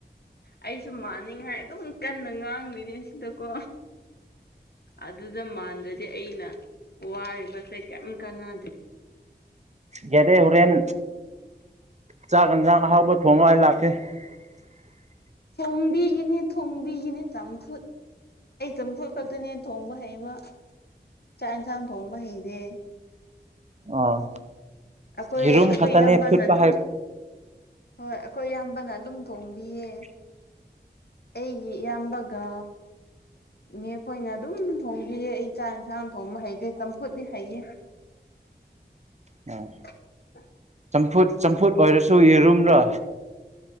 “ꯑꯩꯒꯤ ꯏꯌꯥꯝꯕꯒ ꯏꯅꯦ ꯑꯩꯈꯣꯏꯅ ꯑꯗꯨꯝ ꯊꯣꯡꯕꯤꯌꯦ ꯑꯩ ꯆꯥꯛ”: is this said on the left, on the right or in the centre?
Left